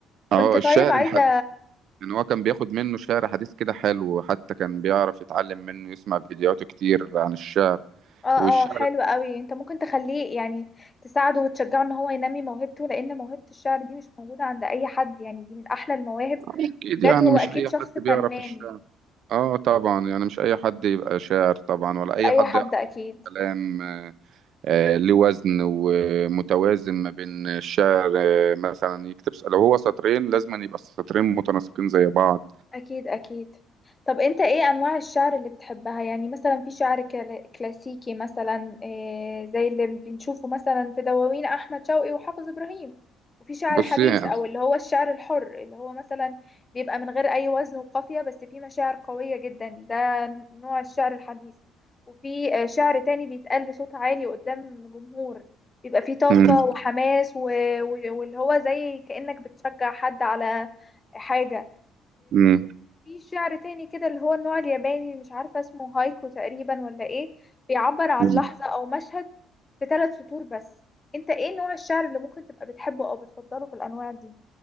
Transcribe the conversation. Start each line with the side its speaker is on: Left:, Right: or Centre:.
Right: اه
Left: كنت طيب
Right: الشعر
Left: عايزة
Right: الحديث يعني هو كان بياخد منه شعر حديث كده حلو حتى كان بيعرف يتعلم منه يسمع فيديوهات كتير عن الشعر
Left: اه
Right: والشعر
Left: اه حلو قوي انت ممكن تخليه يعني تساعده وتشجعه ان هو ينمي موهبته لان موهبة الشعر دي مش موجودة عند اي حد يعني دي من احلى المواهب
Right: اكيد يعني
Left: بجد هو
Right: مش
Left: اكيد
Right: اي
Left: شخص
Right: حد بيعرف
Left: فنان
Right: الشعر اه طبعا يعني مش اي حد يبقى شاعر طبعا ولا اي
Left: مش اي
Right: حد
Left: حد
Right: يعرف
Left: اكيد
Right: كلام آه، آه، ليه وزن ومتوازن ما بين الشعر آه، مثلا يكتب س- لو هو سطرين لازم أن يبقى السطرين متناسقين زي بعض
Left: اكيد اكيد طب انت ايه انواع الشعر اللي بتحبها يعني مثلا في شعر كلا- كلاسيكي مثلا إيه زي اللي بنشوفه مثلا في دواوين احمد شوقي وحافظ ابراهيم وفي شعر
Right: بصي
Left: حديث
Right: يعني
Left: او اللي هو الشعر الحر اللي هو مثلا بيبقى من غير اي وزن وقافية بس فيه مشاعر قوية جدا ده نوع الشعر الحديث وفي آه، شعر تاني بيتقال بصوت عالي قدام جمهور بيبقى فيه طاقة
Right: مم.
Left: وحماس و- و- واللي هو زي كأنك بتشجع حد على حاجة
Right: مم.
Left: في شعر تاني كده اللي هو النوع الياباني اللي مش عارفة اسمه هايكو تقريبا ولا ايه بيعبر عن
Right: مم.
Left: لحظة او مشهد في ثلاث سطور بس انت ايه نوع الشعر اللي ممكن تبقى بتحبه او بتفضله في الانواع دي